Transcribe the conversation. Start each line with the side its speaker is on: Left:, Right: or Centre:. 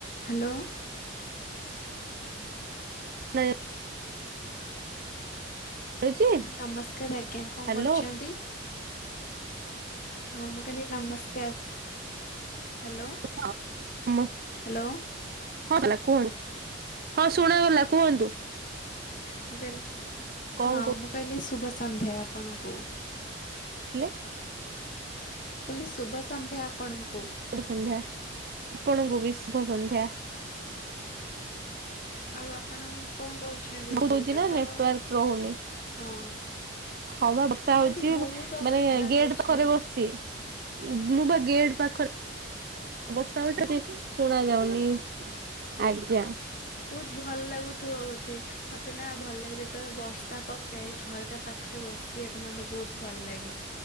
Left: Hello.
Right: ନ ଏ ଯାଉଛି
Left: ନମସ୍କାର ଆଜ୍ଞା। କଣ
Right: ହ୍ୟାଲୋ
Left: କରୁଛନ୍ତି? ହଁ ମୁଁ କହିଲି ନମସ୍କାର। ହ୍ୟାଲୋ
Right: ହଁ ସମ୍
Left: ହ୍ୟାଲୋ
Right: ହଁ ସଲା କୁହନ୍ତୁ। ହଁ ଶୁଣାଗଲା କୁହନ୍ତୁ।
Left: ମୁଁ କହିଲି
Right: କଣ
Left: ହଁ ମୁଁ କହିଲି ଶୁଭ ସନ୍ଧ୍ୟା ଆପଣଙ୍କୁ।
Right: କହୁଥିଲେ
Left: ମୁଁ କହିଲି ଶୁଭ ସନ୍ଧ୍ୟା ଆପଣଙ୍କୁ।
Right: ଶୁଭ ସନ୍ଧ୍ୟା ଆପଣଙ୍କୁ ବି ଶୁଭ ସନ୍ଧ୍ୟା।
Left: ଆଉ ଆପଣ କଣ କରୁଛନ୍ତି?
Right: ହଉଛି
Left: ଏବେ ଏବେ
Right: ନା
Left: ତ
Right: ନେଟୱାର୍କ ରହୁନି
Left: ହଁ।
Right: ହଁ ପା ବର୍ଷା ହଉଛି
Left: ଆଜି ବହୁତ
Right: ବ
Left: ଅସୁବିଧା
Right: ମାନେ ଗେଟ
Left: ହଉଛି।
Right: ପାଖରେ ବସିଛି। ମୁଁ ବା ଗେଟ ପାଖ ବର୍ଷା ହଉଚି ତ ଟିକ ଶୁଣା ଯାଉନି ଆଜ୍ଞା।
Left: ବହୁତ ଭଲ ଲାଗୁଥିବ ବୋଧେ ମତେ ନା ଭଲ ଲାଗି ଯେତେବେଳେ ବର୍ଷା ପକାଏ ଝରକା ପାଖରେ ବସିବାକୁ ମତେ ବହୁତ ଭଲ ଲାଗେ।